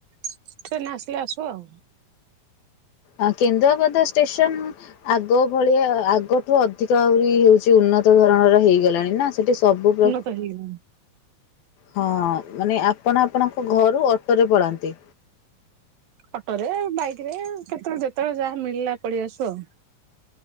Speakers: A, on the right; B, on the left.
A: ଟ୍ରେନ ଆସିଲେ ଆଶୁ ଆଉ।
B: ଆ କେନ୍ଦ୍ରାଭଦା ଷ୍ଟେସନ- ଆଗ ଭଳିଆ ଆଗଠୁ ଅଧିକ ଆହୁରି ହଉଛି ଉନ୍ନତ ଧରଣ ହେଇଗଲାଣି ନା ସେଠି ସବୁ ପ୍ରକାର-
A: ସେଇଟା ହେଇନି।
B: ହଁ ମାନେ ଆପଣ ଆପଣଙ୍କ ଘରୁ ଅଟୋ ରେ ପଳାନ୍ତି।
A: ଅଟୋରେ ବାଇକରେ କେତେବେଳେ ଯେତେବେଳେ ଯାହା ମିଳିଲା ପଳେଇ ଆସୁ ଆଉ।